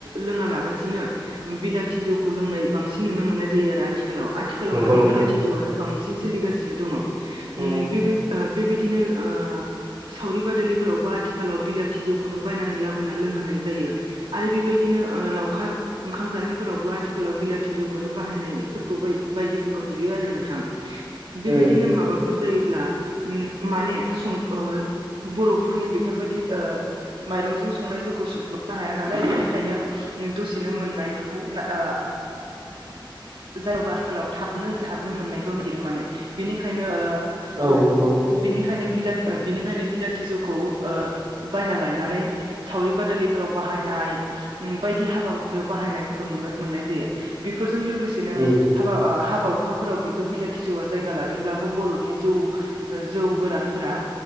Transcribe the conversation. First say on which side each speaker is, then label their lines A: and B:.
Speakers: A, on the right; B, on the right.
A: लोङा लाबासिनो ओम बिलाथि जौ खौ लोंनाय बांसिन नुनो मोननाय जायो आरो आथिखालाव आथिखालाव
B: नंगौ
A: माने
B: नोंथां
A: बिलाथि जौआनो बांसिन सोलिगासिनो दङ ओम
B: उम
A: बेबाय ओ बेबायदिनो ओ सावरि बादालिफोरावबो आथिखालाव बिला थि जौखौनो बायनानै लाबोना लोंहोनाय जायो आरो बेबायदिनो ओ लावखार ओंखाम जानायफोरावबो आथिखा खालाव बिलाथि जौखौनो बाहायनाय फोरखौ बाय-बायदिफोरखौ नुयो आरो नोंथां बेबायदिनो
B: उम
A: माबाफोर जायोब्ला ओम माने सं ओ बर'फोरनि बेफोरबादि ओ माइरंजों संनाय जोंखौ संब्रबनो हाया नालाय बेनिखायनो दसेनो मोननायखौ ना ओ
B: <inaudible>
A: <unintelligible> आथिखालाव थाबनो थाबनो मोननायखौ नागिरो माने बिनिखायनो ओ
B: औ नंगौ
A: बिनिखा खायनो बिला ओ बिनिखायनो बिलाथि जौखौ ओ बायना लायनानै सावरि बादालिफोराव बाहाय बाहायनाय ओम बायदि हाबा हुखायाव बाहायनायफोरखौ नुनो मोननाय जायो बेफोरजों लोगोसेनो
B: उम
A: हाबा ओ हाब हाबा हुखाफोराव बेफोर बिलाथि जौआ जायगा लादोंब्लाबो बर'नि जौ ओ जौ गोरानफोरा